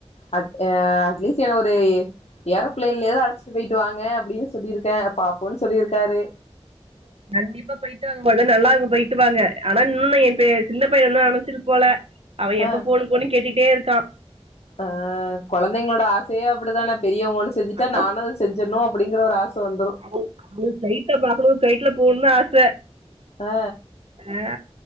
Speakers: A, on the left (about 70°); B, on the right (about 60°).
A: அ அட்லீஸ் என்ன ஒரு ஏரோபிளைன்லயாது அழச்சிட்டு போய்ட்டு வாங்க அப்டின்னு சொல்லிருக்க பா்ப்புன்னு சொல்லிருக்காரு
B: கண்டிப்பா போய்ட்டு வாங்க மொத நல்லா இருக்கு போய்ட்டு வாங்க ஆனா இன்னொன்னு என் இப்ப சின்ன பைய இன்னு அழசிட்டு போல அவ எப்ப
A: ஆ
B: போணு போனு கேட்டுட்டே இருக் தா
A: ஆ கொழந்தைங்களோட ஆசையே அப்டிதான பெரியவங்க ஒன்னு செஞ்சுட்டா
B: ஆமா
A: நானு செஞ்சிட்ணு அப்டிங்கிற ஒரு ஆச வந்துரு
B: அவ அவனுக்கு ப்ளைட்ட பாக்கணு ப்ளைட்ல பூணு ஆச
A: அ
B: ஆ